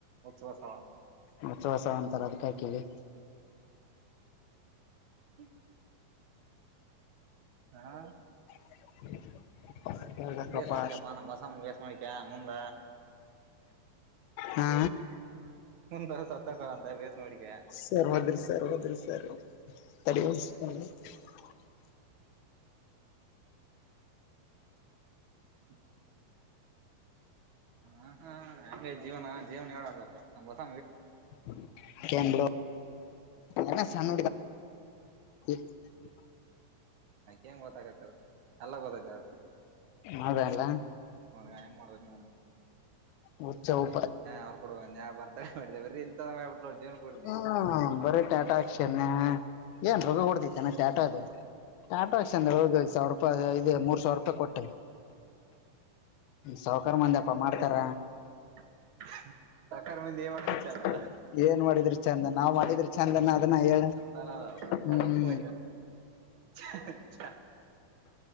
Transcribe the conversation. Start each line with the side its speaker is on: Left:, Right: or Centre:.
Right: ಹುಚ್ಚ ಬಸವ
Left: ಮಸ ಹೊಸ ಒಂತರ ಅದಕಾಯ್ ಕೇಳಿ.
Right: ಹ್ಮ <inaudible> ಹಾ
Left: <inaudible> ಹೇಳ್ಬೇಕಪ್ಪಾ
Right: ವಷ ಮಾಡೇಡಿಕಪ್ಪ ನ ಬಸಾಮ ವಷ ಮಾಡಡಿಕ ಮುಂದ. <unintelligible>
Left: ಹಾ
Right: ಒಂದ ಬರ ಸತ್ತ ಕಳ ಅಂತ ಬೇಸ್ ಮಾಡೋಡಿಕ.
Left: ಸರ್ ಹೋದ್ರಿ ಸರ್ <unintelligible>
Right: ಹ್ಮ <inaudible> ಹಾ ಹಗೆ ಜೀವನ ಜೀವನ ಹೇಳಾರಪ್ಪ ನಮ್ಮ ಬಸ.
Left: <unintelligible> ಬಿಡ ಸಣ್ಣ. <unintelligible> <unintelligible>
Right: ಅ್ಕ ಹೆಂಗ ಗೊತ್ತಾಗತ್ತ ಎಲ್ಲ ಗೊತ್ತ.
Left: ಹೌದಲ್ಲ
Right: ನೋಡ ಹೆಂಗ ಮಾಡಟಕ್ಷನ್
Left: ಹುಚ್ಚ ಉಪ
Right: ಅವ್ರು ಕೊಡ ಬರ್. ಮಾಡ ಬರೀ ಎಂತ ಸಮಯ ಬಿಟ್ಟಲ ಜೀವನ ಪೂರ್ತಿ.
Left: ಹ್ಮ್ ಬರೀ ಟಾಟಾ ಆಕ್ಷನ್ ಏನ್ ರೋಗ ಹೊಡದೈ ಚೆನ. <unintelligible> ಟಾಟಾಕ್ಷ ಅಂದ್ರೆ ಹೋಗ ಸಾವಿರ ರೂಪಾಯಿ ಇದೆ ಮೂರ್ ಸಾವಿರ ರೂಪಾಯಿ ಕೊಟ್ಟೆ. ಸಾವಕರ್ ಮಂಧೀಯಪ್ಪ ಮಾಡ್ತಾರ.
Right: <unintelligible> ಮಾಡ
Left: <inaudible>
Right: ಚಂದ
Left: ಏನ್ ಮಾಡಿದ್ರಿ ಚಂದನ್ ನಾವ್ ಮಾಡಿದ್ರಿ ಚಂದನ್ ಅದನ್ನ ಹೇಳ.
Right: ನದ
Left: ಹ್ಮ್
Right: ಮಕ್ಕು ಬ. <unintelligible>